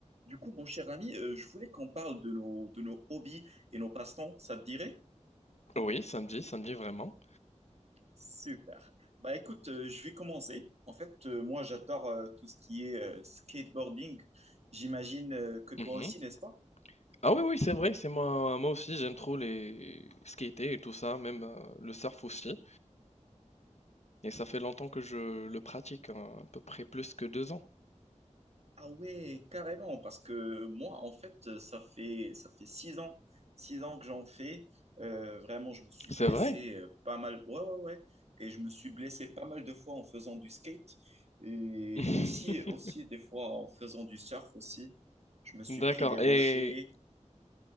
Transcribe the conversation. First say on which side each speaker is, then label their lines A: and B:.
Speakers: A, on the right (about 60°); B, on the left (about 60°).
A: Du coup, mon cher ami, euh, je voulais qu'on parle de nos, de nos hobbies et nos passe-temps, ça te dirait?
B: Oui, samedi, samedi vraiment.
A: Super. Bah écoute, euh, je vais commencer. En fait, euh, moi, j'adore euh, tout ce qui est euh, skateboarding. J'imagine euh, que toi
B: Mmh
A: aussi, n'est-ce pas?
B: Ah oui, oui, c'est vrai c'est moi moi aussi j'aime trop les skater et tout ça, même, heu, le surf aussi et ça fait longtemps que je le pratique, hein, à peu près plus que deux ans.
A: Ah ouais, carrément, parce que moi, en fait, ça fait, ça fait six ans, six ans que j'en fais. Euh, vraiment, je me suis
B: C'est
A: blessé
B: vrai?
A: euh, pas mal. Ouais, ouais, ouais. Et je me suis blessé pas mal de fois en faisant du skate et
B: <laughs>
A: aussi, aussi des fois en faisant du surf aussi. Je me suis
B: D'accord
A: pris des rochers,
B: et